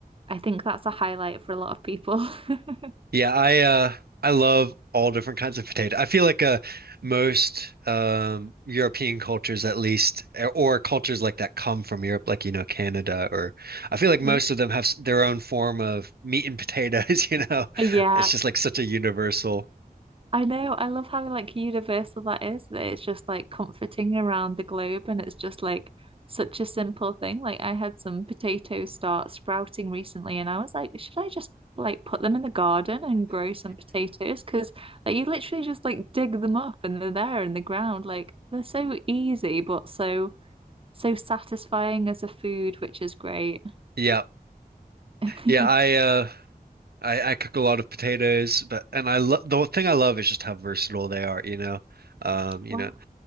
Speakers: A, on the right (about 35°); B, on the right (about 80°).
A: I think that's a highlight for a lot of people. <laughs>
B: Yeah, I uh I love all different kinds of potato. I feel like uh most um European cultures at least or, or cultures like that come from Europe like you know Canada or I feel like
A: Mhm.
B: most of them have s- their own form of meat and potatoes, <laughs> you know.
A: Yeah,
B: It's just like such a universal.
A: I know. I love how like universal that is, that it's just like comforting around the globe and it's just like such a simple thing. Like I had some potatoes start sprouting recently and I was like, should I just like put them in the garden and grow some potatoes? Because like you literally just like dig them up and they're there in the ground. Like they're so easy but so so satisfying as a food, which is great.
B: Yeah.
A: <laughs>
B: Yeah, I uh I I cook a lot of potatoes, but and I love the thing I love is just how versatile they are, you know. Um, you
A: Wow.
B: know,